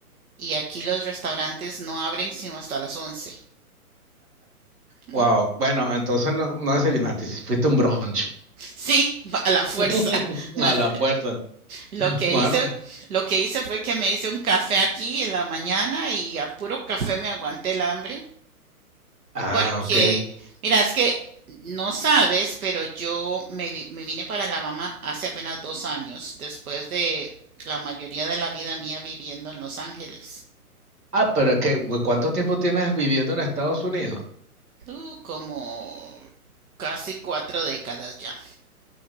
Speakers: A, on the right; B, on the right.
A: y aquí los restaurantes no abren sino hasta las 11. <laughs>
B: Wow, bueno, entonces no, no desayunaste, si fuiste a un brunch
A: Sí, a la fuerza.
B: <laughs>
A: <laughs> Mas,
B: a la fuerza.
A: Lo que
B: Bueno,
A: hice, lo que hice fue que me hice un café aquí en la mañana y a puro café me aguanté el hambre
B: ah,
A: porque,
B: ok.
A: mira, es que no sabes, pero yo me, vi- me vine para la mamá hace apenas dos años después de la mayoría de la vida mía viviendo en Los Ángeles.
B: Ah, pero es que, güey, ¿cuánto tiempo tienes viviendo en Estados Unidos?
A: Uh, como casi cuatro décadas ya.